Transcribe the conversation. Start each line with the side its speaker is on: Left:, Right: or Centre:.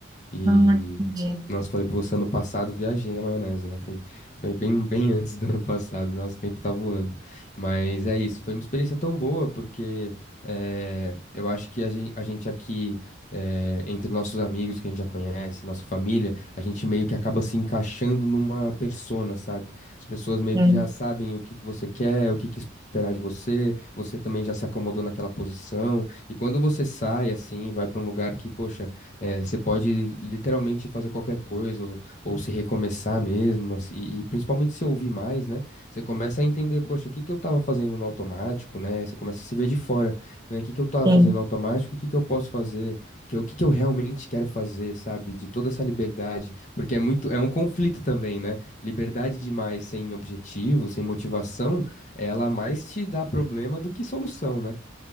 Left: E,
Right: Ah, entendi.
Left: nossa, falei pra você, ano passado viajei na maionese, né? Foi, foi bem, bem antes do ano passado, nosso tempo tá voando. Mas é isso, foi uma experiência tão boa, porque eh, eu acho que a gen- a gente, aqui, eh, entre nossos amigos que a gente já conhece, nossa família, a gente meio que acaba se encaixando numa persona, sabe? As pessoas meio
Right: Sim,
Left: que já sabem o que que você quer, o que que esperar de você, você também já se acomodou naquela posição, e quando você sai assim, vai pra um lugar que, poxa, é, você pode literalmente fazer qualquer coisa, ou, ou se recomeçar mesmo, assim, e, e principalmente se ouvir mais, né? Você começa a entender, poxa, o que que eu tava fazendo no automático, né? Você começa a se ver de fora, né? O que que eu tava
Right: sim,
Left: fazendo no automático e o que que eu posso fazer? Que, eu- o que que eu realmente quero fazer, sabe? De toda essa liberdade, porque é muito, é um conflito também, né? Liberdade demais sem objetivo, sem motivação, ela mais te dá problema do que solução, né?